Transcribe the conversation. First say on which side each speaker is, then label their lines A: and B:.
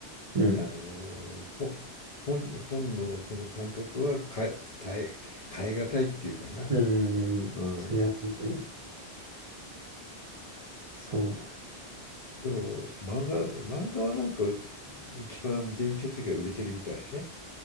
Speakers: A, on the right (about 45°); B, on the left (about 50°).
A: うん、
B: あのほ本、本のその感覚は変え、耐え、変えがたいっていうかな。
A: うん、うんうん。
B: うん。
A: それは本当に、そう思
B: でも漫画、漫画はなんか一番電子書籍が売れてるみたいやね。